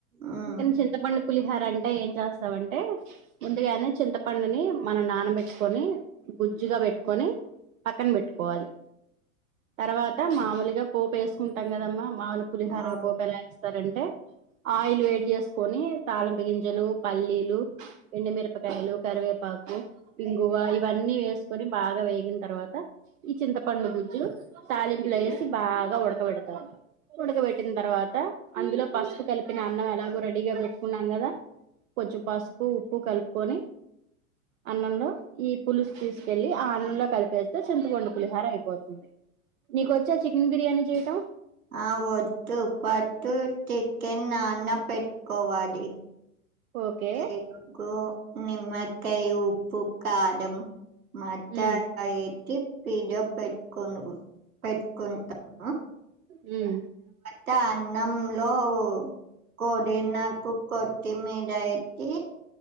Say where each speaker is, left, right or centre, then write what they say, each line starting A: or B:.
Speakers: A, on the right (about 85°); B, on the right (about 65°).
A: మ్మ్
B: ఇంకన్ చింత పండు పులిహార అంటే ఏం చేస్తామం టే ముందుగానే చింతపండుని మనం నానబెట్టుకొని గుజ్జుగా పెట్టుకొని పక్కన పెట్టుకోవాలి, తర్వాత మామలుగా పోపు వేసుకుంటాం కదమ్మా. మాముూలు పులిహార
A: అవును
B: కు పోపు ఎలా వేస్ తరంటే ఆయిల్ వేడి చేసుకొని తాలింపు గింజలు పల్లీలు ఎండిమిరపకాయలు, కరివేపాకు, ఇంగువ ఇవన్నీ వేసుకొని బాగా వేగిన తర్వాత్ త ఈ చింత పండు గు తాలింపులో వేసి బాగా ఉడకబెడతారు. ఉడకబెట్టిన తర్వాత అందులో పసుపు కలిపిన అన్నం ఎలాగో రెడీగా పెట్టుకున్నాం కదా, కొంచెం పసుప్ పు ఉప్పు కలుపుకొని, అన్నంలో ఈ పులుసు తీసుకెళ్ళి అన్నంలో కలిపేస్తే చింతపండు పులిహార అయిపోతుంది, నీకొచ్చా చికెన్ బిర్యానీ చేయటం
A: ఆ వద్దు పట్టు టికెన్ నాన్న పెట్ కోవాడి
B: ఓకే
A: మేన్ కూ. నిమ్మకాయ ఉప్ ప్పు కారం మట్ట
B: ఉమ్
A: ఆ ఎక్కి. పీడియో పెట్కుందువు పెట్టుకుంటా ఆ
B: హ్మ్.
A: తా అన్నం లో ఓ. కోడి నా కు కో త్తిమీద ఎక్కి